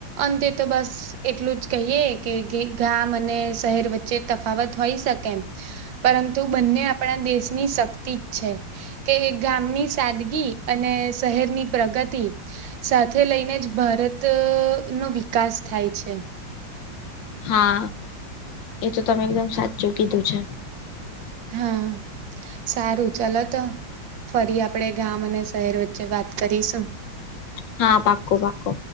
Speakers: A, on the right (about 70°); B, on the left (about 70°).
A: અંતે તો બસ એટલું જ કહીએ કે એક ગામ અને શહેર વચ્ચે તફાવત હોય શકે એમ. પરંતુ બંને આપણા દેશની શક્તિ જ છે કે એક ગામની સાદગી અને શહેરની પ્રગતિ સાથે લઈને જ ભારત નો વિકાસ થાય છે.
B: હા, એ તો તમે એકદમ સાચું કીધું છે.
A: હા. સારું ચાલ તો ફરી આપડે ગામ અને શહેર વચ્ચે વાત કરીશું.
B: હા પાકો પાકો.